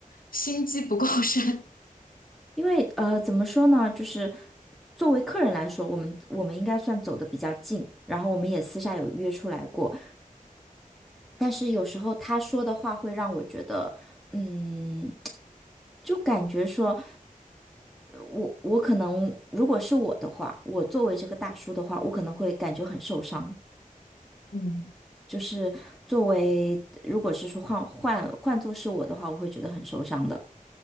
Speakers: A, on the left; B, in the centre.
A: 心机不够深，
B: 因为呃怎么说呢，就是作为客人来说，我们我们应该算走的比较近，然后我们也私下有约出来过，但是有时候他说的话会让我觉得，嗯，就感觉说我我可能如果是我的话，我作为这个大叔的话，我可能会感觉很受伤。
A: <laughs> 嗯
B: 就是作为，如果是说换换换做是我的话，我会觉得很受伤的，